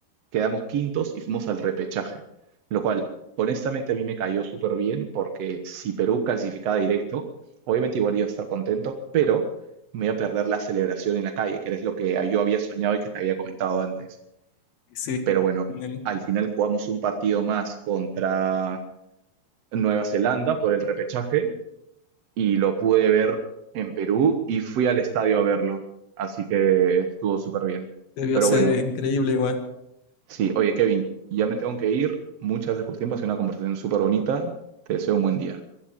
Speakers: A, on the right; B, on the left.
A: quedamos quintos y fuimos al repechaje, lo cual honestamente a mí me cayó súper bien porque si Perú clasificaba directo, obviamente igual iba a estar contento, pero me iba a perder la celebración en la calle, que es lo que yo había soñado y que te había comentado antes.
B: Sí,
A: Pero bueno,
B: en el-
A: al final jugamos un partido más contra Nueva Zelanda por el repechaje y lo pude ver en Perú y fui al estadio a verlo, así que estuvo súper bien.
B: debió
A: Pero
B: ser
A: bueno,
B: increíble igual.
A: Sí, oye Kevin, ya me tengo que ir. Muchas gracias por tu tiempo, ha sido una conversación súper bonita. Te deseo un buen día.